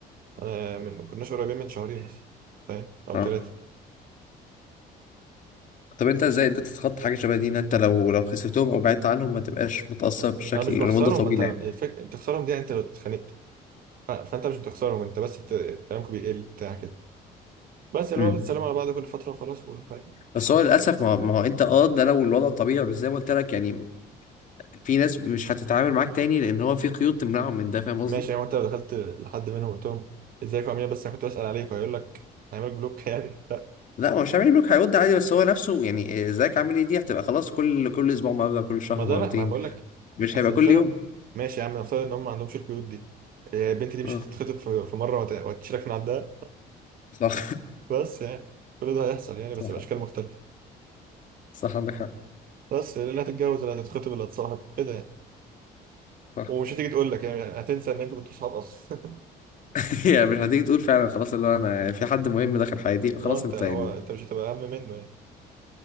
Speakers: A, on the right; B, on the left.
A: انا من ما كناش قريبين من شهرين مثلا فاهم او
B: اه
A: ثلاثه
B: طب انت ازاي قدرت تتخطى حاجه شبه دي ان انت لو لو خسرتهم او بعدت عنهم ما تبقاش متاثر بالشكل
A: انا مش
B: لمده
A: بخسرهم
B: طويله
A: انت الفك...
B: يعني
A: تخسرهم دي يعني انت لو اتخانقت ف... فانت مش بتخسرهم انت بس بت... كلامك بيقل بتاع كده بس اللي
B: امم
A: هو بتسلموا على بعض كل فتره وخلاص و- فاهم
B: بس هو للاسف ما هو ما هو انت اه ده لو الوضع طبيعي بس زي ما قلت لك يعني في ناس مش هتتعامل معاك تاني لان هو في قيود تمنعهم من ده فاهم قصدي
A: ماشي يعني انت لو دخلت لحد منهم قلت لهم ازيكم عاملين إيه؟ بس انا كنت بسال عليكم هيقول لك هيعملك بلوك <laughs> يعني لا
B: لا هو مش عامل بلوك هيود عادي بس هو نفسه يعني ازيك عامل ايه دي هتبقى خلاص كل كل اسبوع مره كل شهر
A: ما ده
B: مرتين
A: بقى ما بقول لك
B: مش
A: اصل
B: هيبقى كل
A: مثلا
B: يوم
A: ماشي يا عم نفترض ان هم ما عندهمش القيود دي إيه، البنت دي مش
B: اه
A: هتتخطب في في مره وهت- وهتشيلك من عندها
B: صح
A: بس يعني كل ده هيحصل
B: <laughs>
A: يعني بس
B: صح
A: الاشكال مختلفه
B: صح عندك حق
A: بس اللي هتتجوز اللي هتتخطب اللي هتصاحب كده يعني
B: صح
A: ومش هتيجي تقول لك يعني هتنسى ان انتوا كنتوا صحاب اصلا
B: <laughs> يعني مش هتيجي تقول فعلا خلاص اللي هو انا في حد مهم دخل حياتي
A: <laughs>
B: فخلاص
A: اه انت
B: انت
A: هو
B: يعني
A: انت مش هتبقى اهم منه يعني